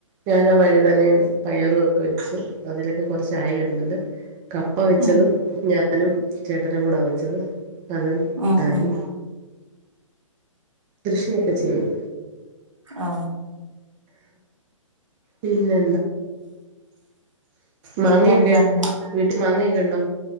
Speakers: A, on the right (about 15°); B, on the right (about 65°).
A: ഞൻ വഴുതന പയറുമൊക്കെ വെച്ച് അതിലൊക്കെ കുറച്ചായി വരുന്നുണ്ട് കപ്പ വെച്ചത്
B: ഉം
A: ഞ ഞാനും ചേട്ട ട്ടനും കൂടാ വെച്ചത് അതെൻ
B: ഉം
A: ആയി
B: ഉം
A: കൃഷിയൊക്കെ ചെയ്യും
B: ആ
A: പിന്നെ
B: പിന്നെ
A: മാങ്ങൊക്കെ
B: എന്താണ്
A: വീട്ടിൽ മാങ്ങൊക്കെ ഉണ്ടോ